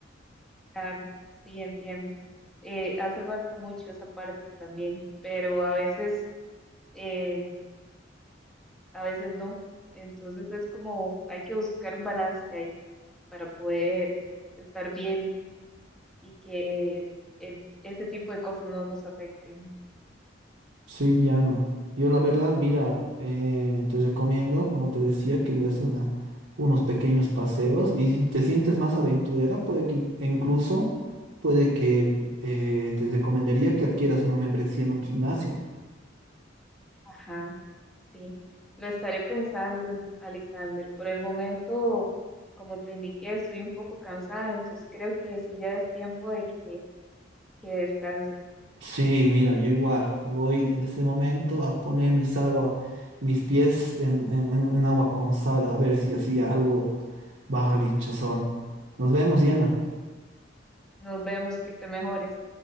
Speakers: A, in the centre; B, on the right (about 70°).
A: Claro, sí, entiendo. Eh, hace falta mucho esa parte también, pero a veces, eh, a veces no. Entonces es como hay que buscar un balance ahí para poder estar bien y que el- ese tipo de cosas no nos afecten.
B: Sí, Diana. Yo la verdad, mira, eh, te recomiendo, como te decía, que des una, unos pequeños paseos y si te sientes más aventurera, puede que in- e incluso, puede que eh, te recomendaría que adquieras una membresía en un gimnasio.
A: Ajá, sí. Lo estaré pensando, Alexander. Por el momento, como te indiqué, estoy un poco cansada, entonces creo que sí ya es tiempo de que, que descanse.
B: Sí, mira, yo igual voy en este momento a poner mis agua, mis pies en, en- en- en agua con sal, a ver si así algo baja el hinchazón. Nos vemos, Diana.
A: Nos vemos, que te mejores.